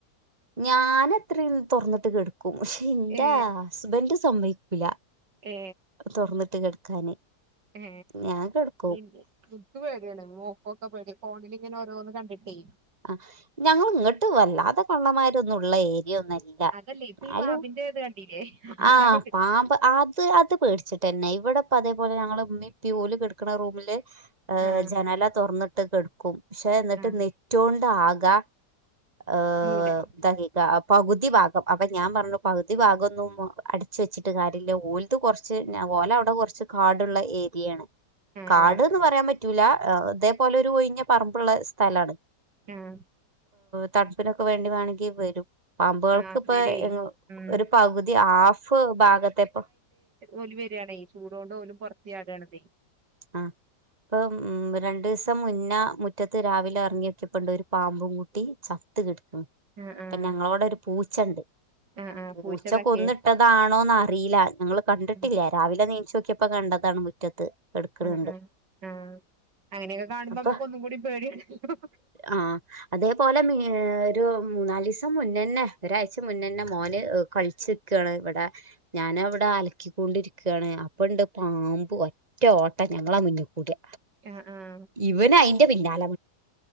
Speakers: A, on the right; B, on the right.
A: ഞൻ അത്രയും തുറന്നിട്ട് കെടുക്കും പക്ഷെ എന്റെ
B: ഏ
A: ഹസ്ബൻഡ് സമ്മയ്ക്കില്ല.
B: ഏ
A: തുറന്നിട്ട് കിടക്കാന്
B: ഏ
A: ഞാൻ കിടക്കും
B: ഇ <unintelligible> പേടിയാണ് മോക്കൊക്കെ പേട ഫോണിൽങ്ങനെ ഓരോന്ന് കണ്ടിട്ടേ.
A: ആ ഞങ്ങൾ ഇങ്ങോട്ട് വല്ലാതെ കള്ളമാരൊന്നുംള്ള ഏരിയ ഒന്നുംല്ല. ല
B: അതല്ലേ ഇപ്പൊ
A: ന്നാലും
B: ഈ പാമ്പിന്റെ ഇത് കണ്ടീല്ലേ
A: ആ
B: അതാ പേടി
A: പാമ്പ് അത് അത് പേടിച്ചി തന്നെ ഇവിടെപ്പ അതേപോലെ ഞങ്ങള്ൾ മ്മ പ്പി കടക്കണ റൂമില്
B: ആ
A: ജനല തുറന്നിട്ട് കെടക്കും ക്ഷെ ന്നിട്ട്
B: ആ
A: നെറ്റോണ്ട ആകാ ഏ
B: മൂട്
A: ന്താ പകുതി ഭാഗം അപ്പൊ ഞാൻ പറഞ്ഞു പകുതി ഭാഗം ഒന്നും അടിച്ച വെച്ചിട്ട് കാര്യമില്ല ഓലത് കുറച്ച് ഞ പോലെ അവിടെ കുറച്ച് കാടുള്ള ഏരിയാണ്.
B: ആ
A: കാട്ന്ന്
B: ആ
A: പറയാൻ പറ്റൂല ഇതേപോലെ ഒരു ഒഴിഞ്ഞ പറമ്പിലുള്ള സ്ഥലണ്.
B: ആഹ്
A: തണുപ്പിനൊക്കെ വേണ്ടി വേണമെങ്കിൽ വരും. പാമ്പുകൾക്ക്
B: ആ
A: ഇപ്പ
B: വരുവേ ഉം
A: ഒരു പകുതി ഹാഫ് ഭാഗത്തെ ഇപ്പൊ
B: ഒലി വരിണേ ചൂടൊണ്ട് ഓലും പുറത്തി ചാടുണതേ.
A: ആ ഇപ്പ ഇപ്പം രണ്ട് ദിവസ പച്ച മുന്ന മുറ്റത്ത് രാവിലെ ഇറങ്ങിക്കിപ്പണ്ട് ഒരു പാമ്പും കൂട്ടി ചത്ത് കിടക്കു
B: ആഹ്
A: അപ്പൊ
B: ആഹ്
A: ഞങ്ങളോവിടെ ഒരു പൂച്ച ഉണ്ട്
B: ആഹ് ആഹ്
A: പൂച്ചക്ക
B: പൂച്ചതാക്കിയേ
A: ഒന്നിട്ട അതാണോന്ന അറിയില്ല ഞങ്ങൾ കണ്ടിട്ടില്ല
B: ആഹ്
A: രാവിലെ നീചോക്കിയപ്പോ കണ്ടതാണ് മുറ്റത്ത്. കെടക്ക്ണണ്ട്
B: ആഹ് ആഹ് ആഹ് അങ്ങനെയൊക്കെ കാണുമ്പോ
A: അപ്പൊ
B: നമ്മക്ക് ഒന്നും കൂടി പേടിയണല്ലോ.
A: ആഹ് അതേപോലെ ഉം ഒരു മൂന്നാല് ദിവസം മുന്നന്നെ ഒരാഴ്ച മുന്നന്നെ മോന് കളിച്ചി ണ് ഇവിടെ ഞാന അവിടെ അലക്കിക്കൊണ്ടിരിക്കുകയാണ് അപ്പ ഇണ്ട് പാമ്പ് ഒറ്റ ഓട്ടം ഞങ്ങളാ മുന്നി കൂടിയ
B: ആഹ് ആഹ്
A: ഇവന് അയ്ന്റെ പിന്നാല